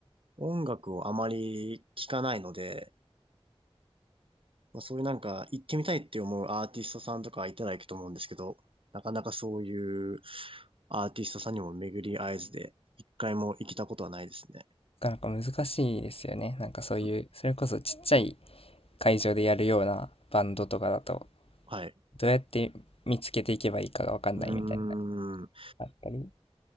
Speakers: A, on the right; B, on the left.
A: 音楽をあまり聞かないので、まあ、そういうなんか行ってみたいって思うアーティストさんとかいたら行くと思うんですけど、なかなかそういうアーティストさんにも巡り合えずで、一回も行けたことはないですね。
B: なかなか難しいですよね。なんかそういう、
A: うん
B: それこそちっちゃい会場でやるようなバンドとかだと、
A: はい。
B: どうやって見つけていけばいいかがわかんないみたいな
A: うーん。
B: あったり。